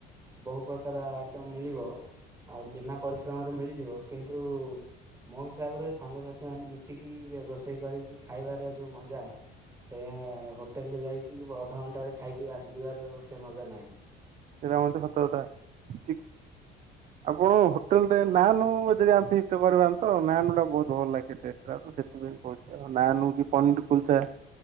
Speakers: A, on the right; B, on the right.
A: ବହୁ ପ୍ରକାର ଆ ତ ମିଳିବ ଆହୁରି ବିନା ପରିଶ୍ରମରେ ମିଳିଯିବ କିନ୍ତୁ ମୋ ହିସାବରେ ସାଙ୍ଗସାଥି ମାନେ ମିଶିକି ରୋଷେଇ କରିକି ଖାଇବାର ଯଉ ମଜା ସେୟା ହୋଟେଲ୍ ରେ ଯାଇକି ବ ଅଧଘଣ୍ଟାରେ ଖାଇକି ଆସିଯିବାର ସେ ମଜା ନାହିଁ।
B: ସେଇଟା ମଧ୍ୟ ସତକତା ଚି ଆପଣ ହୋଟେଲ୍ ରେ ନାନୋ ଯଦି <unintelligible> କରିବା ନି ତ ନାନୋ ଟା ବହୁତ୍ ଭଲ ଲାଗେ ଟେଷ୍ଟ ଟା ତ ସେଥିପାଇଁ କହୁଛି। ନା ନୁ କି ପନିର୍ ପୁଲଚା।